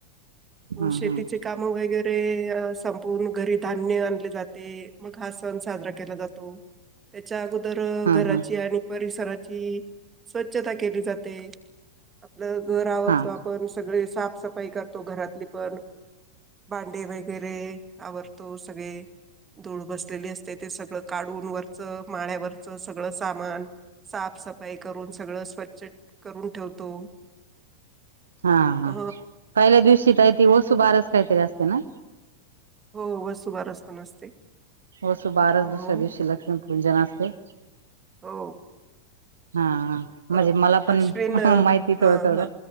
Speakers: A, on the right; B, on the right.
A: हम्म
B: म शेतीचे
A: हम्म
B: कामं वगैरे ते अ संपूर्ण घरी धान्य आणले जाते, मग हा सण साजरा केला जातो. त्याच्या आजु तर
A: हम्म
B: घराची
A: हम्म
B: आणि परिसराची स्वच्छता केली जाते. ल घर आवरतो
A: हा
B: आपण सगळे साफसफाई करतो, घरातली पण. भांडे वगैरे आवरतो सगळे धूळ बसलेली असते, ते सगळं काढून वरचं माळ्यावरचं सगळं सामान साफ सफाई करून सगळं स्वच्छ करून ठेवतो.
A: हा हा
B: अ
A: पहिल्या दिवशी काय ती वसुबारस काहीतरी असत ना?
B: हो वसुबारस पण असते.
A: वसुबारस
B: हो
A: दुसऱ्या दिवशी लक्ष्मीपूजन असते.
B: हो.
A: हा.
B: अ
A: म्हणजे मला पण
B: अश्विन हा
A: माहिती थोडं थोडं.
B: हा